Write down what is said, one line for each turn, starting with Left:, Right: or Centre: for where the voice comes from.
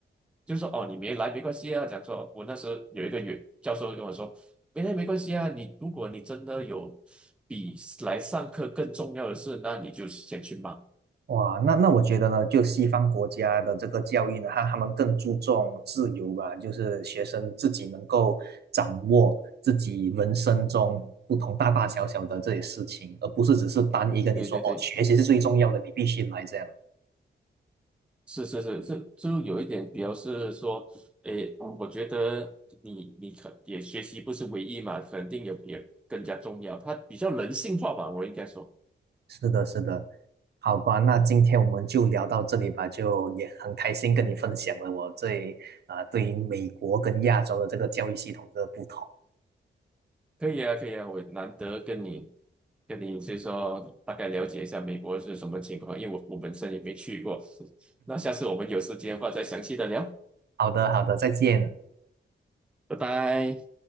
Centre: 就说哦，你没来没关系啊。讲说，我那时候有一个原教授跟我说，没那没关系啊。你如果你真的有比来上课更重要的事，那你就先去忙。
Right: 哇，那那我觉得呢，就西方国家的这个教育呢，他他们更注重自由吧，就是学生自己能够掌握自己人生中不同大大小小的这些事情，而不是只是单一跟你说哦，
Centre: 对对对，
Right: 学习是最重要的，你必须来这样。
Centre: 是是是，这就有一点比较是说，诶，我觉得你你可也学习不是唯一嘛，肯定有别更加重要，它比较人性化吧，我应该说，
Right: 是的，是的，好吧，那今天我们就聊到这里吧，就也很开心跟你分享了我这啊、对于美国跟亚洲的这个教育系统的不同。
Centre: 可以啊，可以啊，我难得跟你跟你就是说大概了解一下美国是什么情况，因为我我本身也没去过，<laughs> 那下次我们有时间的话再详细的聊，
Right: 好的，好的，再见。
Centre: 拜拜。